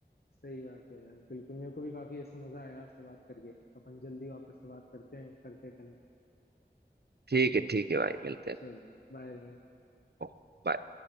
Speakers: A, on the left; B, on the right.
A: सही बात है यार बिल्कुल मेरे को भी काफी ऐसा मजा आया आपसे बात करके अपन जल्दी वापस से बात करते हैं करते हैं कनेक्ट
B: ठीक है ठीक है भाई मिलते
A: चलिए
B: हैं
A: बाय बाय
B: ओ, bye।